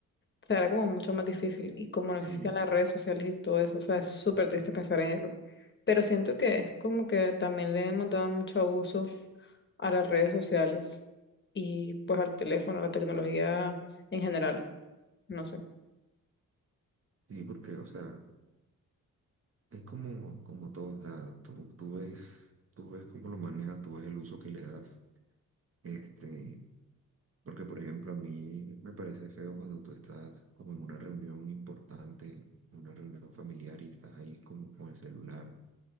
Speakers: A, on the left; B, on the right.
A: O sea, era como mucho más difícil y como no
B: Sí,
A: existían las redes sociales y todo eso, o sea, es súper triste pensar en eso. Pero siento que es como que también le hemos dado mucho abuso a las redes sociales y pues al teléfono, a la tecnología en general, no sé.
B: sí, porque, o sea, es como, como todo, o sea, tú, tú ves, tú ves cómo lo manejas, tú ves el uso que le das. Este, porque, por ejemplo, a mí me parece feo cuando tú estás como en una reunión importante, una reunión familiar y estás ahí como con el celular